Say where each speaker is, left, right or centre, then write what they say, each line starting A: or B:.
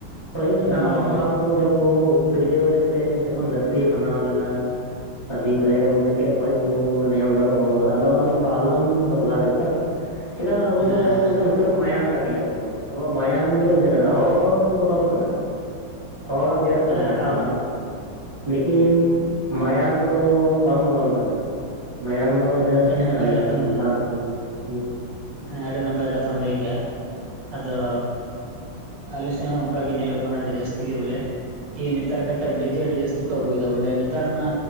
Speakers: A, on the right; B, on the right.
A: ᱯᱟᱹᱦᱤᱞ ᱨᱮᱱ
B: ᱦᱮᱸ
A: ᱦᱟᱲᱟᱢ ᱦᱟᱯᱲᱟᱢ ᱠᱚ ᱡᱟᱦᱟᱸ ᱠᱚ ᱥᱤᱨᱡᱟᱹᱣ ᱞᱮᱫ ᱛᱮ ᱡᱚᱠᱷᱚᱱ ᱫᱷᱟᱹᱨᱛᱤ ᱵᱮᱱᱟᱣ ᱞᱮᱱᱟ᱾ ᱟᱹᱫᱤᱢ ᱨᱮ ᱩᱱ ᱡᱚᱠᱷᱮᱡ ᱠᱷᱚᱱ ᱠᱚ ᱱᱤᱭᱚᱢ ᱫᱷᱚᱨᱚᱢ ᱟᱹᱜᱩ ᱟᱠᱟᱫᱟ ᱟᱫᱚ ᱚᱱᱟ ᱫᱚ ᱯᱟᱞᱚᱱ ᱫᱚᱨᱠᱟᱨ ᱜᱮ ᱛᱷᱚ᱾ ᱪᱮᱫᱟᱜ ᱟᱵᱚ
B: ᱦᱮᱸ
A: ᱫᱚ ᱢᱟᱱᱮ ᱩᱱᱠᱩ ᱨᱮᱱ ᱢᱟᱭᱟᱝ ᱠᱟᱱ ᱜᱮᱭᱟ ᱵᱚᱱ ᱟᱵᱚᱣᱟᱜ ᱢᱟᱭᱟᱢ ᱫᱚ ᱤᱱᱟᱹ ᱠᱟᱱᱟ ᱦᱚᱲ ᱵᱚᱱ ᱵᱚᱫᱚᱞ ᱟᱠᱟᱱᱟ ᱠᱟᱱᱟ ᱦᱚᱲᱟᱜ ᱡᱮᱨᱮᱠᱥᱚᱱ
B: ᱦᱮᱸ
A: ᱜᱷᱟᱴᱟᱣ ᱱᱟ᱾ ᱞᱮᱠᱤᱱ ᱢᱟᱭᱟᱝ ᱫᱚ ᱵᱟᱝ ᱵᱚᱫᱚᱞ ᱟᱠᱟᱱᱟ ᱢᱟᱭᱟᱝ ᱫᱚ ᱤᱱᱟᱹ
B: ᱟᱹᱰᱤ ᱱᱟᱯᱟᱭ
A: ᱠᱟᱱ ᱜᱮᱭᱟ
B: ᱠᱟᱛᱷᱟᱢ
A: ᱥᱟᱱᱛᱷᱟᱞ ᱤᱭᱟᱹ
B: ᱦᱮᱸ ᱟᱹᱰᱤ ᱱᱟᱯᱟᱭ ᱠᱟᱛᱷᱟᱢ ᱞᱟᱹᱭ ᱠᱮᱜᱼᱟ᱾ ᱟᱫᱚ ᱟᱞᱮ ᱥᱮᱫ ᱦᱚᱸ ᱚᱱᱠᱟ ᱜᱮ ᱧᱮᱞᱚᱜᱚᱜ ᱠᱟᱱᱟ ᱟᱹᱰᱤ ᱡᱟᱹᱥᱛᱤ ᱜᱮ ᱵᱚᱞᱮ ᱠᱤ ᱱᱮᱛᱟᱨ ᱠᱟᱛᱮᱫ ᱰᱤᱡᱮ ᱟᱹᱰᱤ ᱡᱟᱹᱥᱛᱤ ᱠᱚ ᱟᱹᱜᱩᱭᱮᱫᱟ ᱵᱚᱞᱮ ᱱᱮᱛᱟᱨ ᱚᱱᱟ